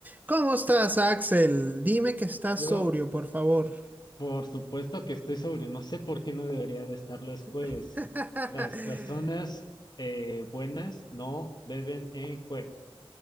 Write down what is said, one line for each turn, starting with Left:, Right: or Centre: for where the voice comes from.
Right: ¿Cómo estás, Axel? Dime que estás
Left: Yo,
Right: sobrio, por favor.
Left: por supuesto que estoy sobre, no sé por qué no debería de estar los jueves.
Right: <laughs>
Left: Las personas eh, buenas no beben en jueves.